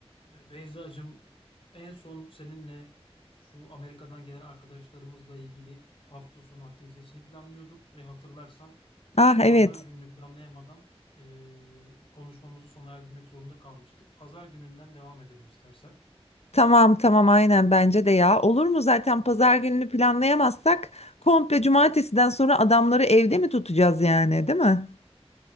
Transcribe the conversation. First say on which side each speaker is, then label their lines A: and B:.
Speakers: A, on the left; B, on the left.
A: E, Beyzacığım en son seninle şu Amerika'dan gelen arkadaşlarımızla ilgili hafta sonu aktivitesini planlıyorduk ve hatırlarsan
B: Ah
A: pazar
B: evet.
A: gününü planlayamadan e, konuşmamızı sona erdirmek zorunda kalmıştık. Pazar gününden devam edelim istersen.
B: Tamam tamam aynen bence de ya. Olur mu zaten pazar gününü planlayamazsak komple cumartesiden sonra adamları evde mi tutacağız yani değil mi?